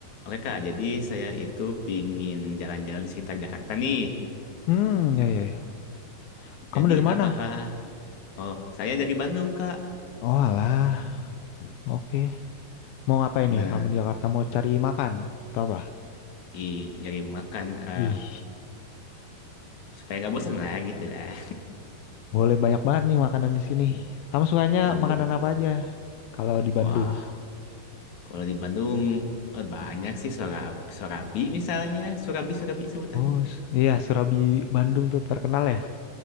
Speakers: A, on the left; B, on the left.
A: Oke Kak, jadi saya itu pingin jalan-jalan di sekitar Jakarta nih.
B: Hmm, ya ya ya. Kamu
A: Jadi
B: dari mana?
A: apakah, oh saya dari Bandung Kak.
B: Oh alah. Oke. Mau ngapain
A: Nah,
B: nih? Kamu di Jakarta mau cari makan atau apa?
A: i nyari makan, eh,
B: Wih.
A: supaya nggak bosan lah gitu lah.
B: Boleh banyak banget nih makanan di sini. Kamu sukanya
A: Waduh,
B: makanan apa aja? Kalau di Bandung.
A: wah kalau di Bandung eh, banyak sih Sorabi, Sorabi misalnya, Surabi Surabi sebutannya.
B: Oh, s- iya Surabi Bandung tuh terkenal ya.